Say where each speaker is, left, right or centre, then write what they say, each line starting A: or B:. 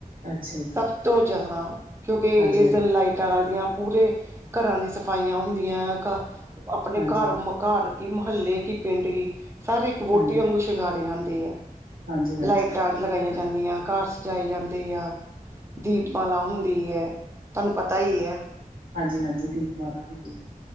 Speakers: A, on the right; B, on the right.
A: ਅੱਛਾ ਜੀ।
B: ਸਭ ਤੋਂ ਜ਼ਿਆਦਾ, ਕਿਉਂਕਿ
A: ਹਾਂਜੀ-ਹਾਂਜੀ,
B: ਇਸ ਲਾਈਟਾਂ ਲੱਗਦੀਆਂ ਪੂਰੇ ਘਰਾਂ ਦੀਆ ਸਫਾਈਆਂ ਹੁੰਦੀਆਂ, ਘ ਆਪਣੇ
A: ਹਾਂਜੀ,
B: ਘਰ ਘਰ ਕੀ, ਮੁਹੱਲੇ ਕੀ, ਪਿੰਡ ਕੀ, ਸਾਰੇ ਇੱਕ ਵੋਟੀ
A: ਹਾਂਜੀ,
B: ਵਾਂਗੂ ਸ਼ਿੰਗਾਰੇ ਜਾਂਦੇ ਆ।
A: ਹਾਂਜੀ-ਹਾਂਜੀ।
B: ਲਾਈਟਾਂ ਲਗਾਈਆਂ ਜਾਂਦੀਆਂ, ਘਰ ਸਜਾਏ ਜਾਂਦੇ ਆ। ਦੀਪਮਾਲਾ ਹੁੰਦੀ ਐ, ਤੁਹਾਨੂੰ ਪਤਾ ਈ ਐ।
A: ਹਾਂਜੀ- ਹਾਂਜੀ ਦੀਪ ਮਾਲਾ ਹੁੰਦੀ ਏ।